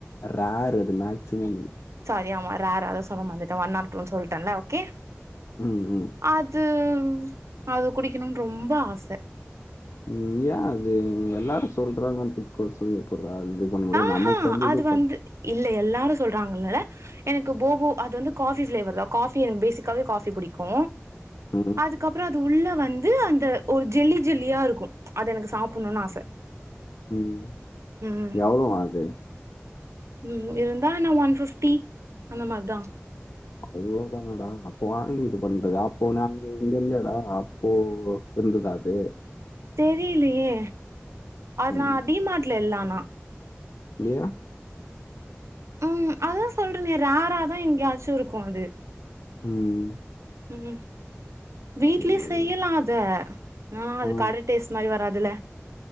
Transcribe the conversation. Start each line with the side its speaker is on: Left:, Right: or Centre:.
Left: ரேர் அது மேக்சிமம்
Right: சாரி ஆமா ரேர் அத சொல்ல மாறந்துட்டே ஒன் ஆர் டூனு சொல்ட்டேல ஓகே
Left: ம் ம்
Right: அது அது குடிக்கணுனு ரொம்ப ஆச
Left: ம் ஏ அது எல்லாரு சொல்றாங்கன் இதுகோசோன் எப்புட்றா இது பண்ண முடியு
Right: ஆஹா
Left: நமக்கு
Right: அது
Left: இது
Right: வந்து
Left: பண்
Right: இல்ல எல்லாரு சொல்றாங்கல எனக்கு போபு அது வந்து காஃபி பிளேவர் தா காஃபி எனக்கு பேசிக்காவே காஃபி பிடிக்கு
Left: ம்
Right: அதுக்கப்றோ அது உள்ள வந்து அந்த ஒரு ஜெல்லி ஜெல்லியா இருக்கு அது எனக்கு சாப்புணுனு ஆச
Left: ம்
Right: ம்
Left: எவ்ளோவா அது
Right: ம் இருந்தா என்ன ஒன் ஃபிப்டி அந்த மாரி தா
Left: அவ்ளோதானடா அப்ப வாங்கி இது பண்றது அப்போ நாங்க இங்க இல்லடா அப்போ இருந்ததா அது
Right: தெரிலையே அதுலா
Left: ம்
Right: டிமார்ட்ல இல்ல ஆனா
Left: ஏ
Right: ம் அதா சொல்றனே ரேரா தா எங்கயாச்சு இருக்கு அது
Left: ம்
Right: ம் வீட்லே
Left: சேரி
Right: செய்யலா அத அ அது
Left: ஆ
Right: கரெக்ட் டேஸ்ட் மாரி வராதுல்ல